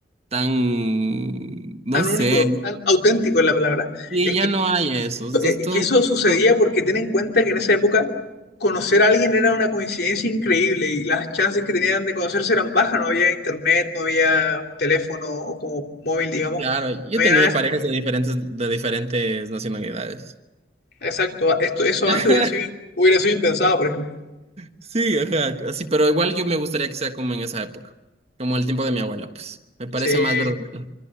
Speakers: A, on the right; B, on the left.
A: tan... no
B: anónico,
A: sé.
B: an- auténtico es la palabra.
A: Y
B: Es
A: ya no hay eso. Esto
B: eh,
A: es todo...
B: que eso sucedía
A: todo-
B: porque ten en cuenta que en esa época conocer a alguien era una coincidencia increíble y las chances que tenían de conocerse eran bajas, no había internet, no había teléfono o como móvil, digamos,
A: Claro,
B: no
A: yo
B: había
A: he tenido
B: nada de eso.
A: parejas de diferentes, de diferentes nacionalidades.
B: Exacto, esto, eso
A: <laughs>
B: antes hubiera sido, hubiera sido impensado, por ejemplo.
A: Sí, ajá, así, pero igual yo me gustaría que sea como en esa época, como el tiempo de mi abuela, pues, me parece
B: Sí,
A: más verdadero.